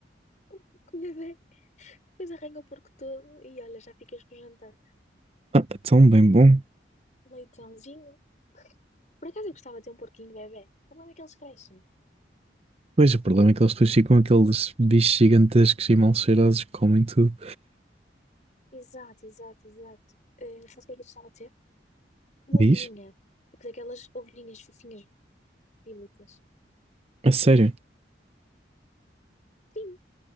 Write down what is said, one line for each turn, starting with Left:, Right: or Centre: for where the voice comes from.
Left: <laughs> Com o bebê. Depois arranha o porco todo e olha, já ficas com o jantar.
Right: Ah, tão bem bom.
Left: Leitãozinho. Por acaso eu gostava de ter um porquinho bebê. O problema é que eles crescem.
Right: Pois, o problema é que eles depois ficam aqueles bichos gigantescos e mal cheirosos que comem tudo.
Left: Exato, exato, exato. Uh, sabes o que é que eu gostava de ter? Uma
Right: Diz?
Left: ovelhinha. Tipo daquelas ovelhinhas fofinhas bíblicas.
Right: A sério?
Left: Sim,